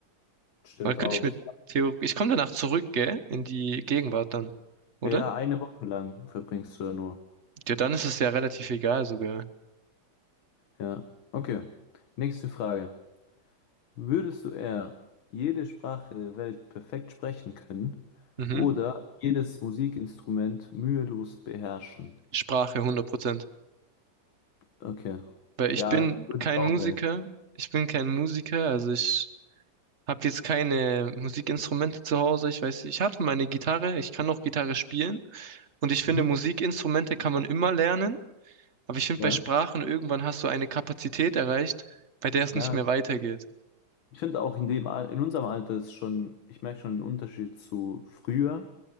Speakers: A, on the left; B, on the right.
A: Stimmt
B: Weil könnte
A: auch.
B: ich mit Theo, ich komme danach zurück, gell? In die Gegenwart dann, oder?
A: Ja, ja, eine Woche lang verbringst du da nur.
B: Ja, dann ist es ja relativ egal sogar.
A: Ja. Okay. Nächste Frage. Würdest du eher jede Sprache der Welt perfekt sprechen können
B: Mhm.
A: oder jedes Musikinstrument mühelos beherrschen?
B: Sprache 100%.
A: Okay.
B: Weil ich
A: Ja,
B: bin
A: würde
B: kein
A: ich auch
B: Musiker.
A: wählen.
B: Ich bin kein Musiker, also ich habe jetzt keine Musikinstrumente zu Hause. Ich weiß, ich hatte meine Gitarre, ich kann auch Gitarre spielen und ich finde,
A: Mhm.
B: Musikinstrumente kann man immer lernen. Aber ich finde,
A: Ja,
B: bei Sprachen irgendwann hast du eine Kapazität erreicht, bei der es
A: ja.
B: nicht mehr weitergeht.
A: Ich finde auch in dem Al in unserem Alter ist schon, ich merke schon einen Unterschied zu früher.